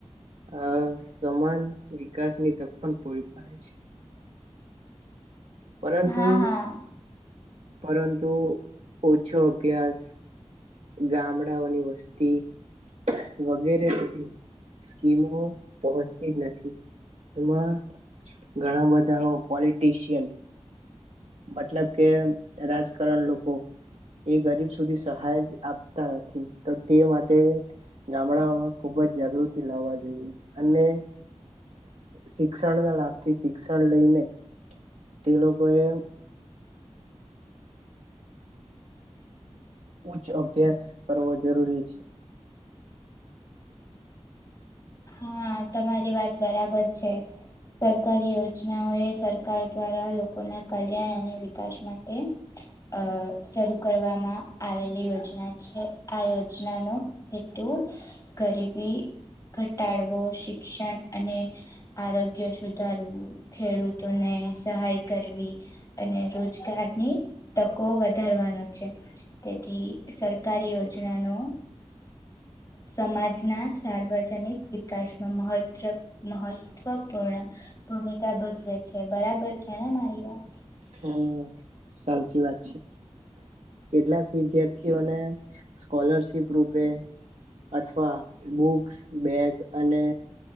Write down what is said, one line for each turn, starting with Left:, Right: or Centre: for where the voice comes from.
Right: આ સમાન વિકાસની તક પણ પૂરી પાડે છે. પરંતુ
Left: હા હા
Right: પરંતુ ઓછો અભ્યાસ, ગામડાઓની વસ્તી વગેરે સુધી સ્કીમો પહોચતી જ નથી. એમાં ઘણા બધા ઓ પોલિટીશિયન મતલબ કે, રાજકારણ લોકો, એ ગરીબ સુધી સહાય આપતા નથી. તો તે માટે ગામડાઓમાં ખુબ જ જાગૃતિ લાવવા જોઈએ, અને સિકસણના લાભથી સિકસણ લઈને તે લોકોએ ઉચ્ચ અભ્યાસ કરવો જરૂરી છે.
Left: હા, તમારી વાત બરાબર છે. સરકારી યોજનાઓ એ સરકાર દ્વારા, લોકોના કલ્યાણ અને વિકાશ માટે અ શરૂ કરવામાં આવેલી યોજના છે. આ યોજનાનો હેતુ ગરીબી ઘટાડવો, શિક્ષણ, અને આરોગ્ય સુધારવું, ખેડૂતોને સહાય કરવી, અને રોજગારની તકો વધારવાનો છે. તેથી સરકારી યોજનાનો સમાજના સાર્વજનિક વિકાસમાં મહત્ર મહત્વપૂર્ણ ભૂમિકા ભજવે છે. બરાબર છે ને મારી વાત?
Right: હમ્મ, સાચી વાત છે. કેટલાક વિદ્યાર્થીઓને સ્કોલરશીપ રૂપે અથવા બુક સ, બેગ અને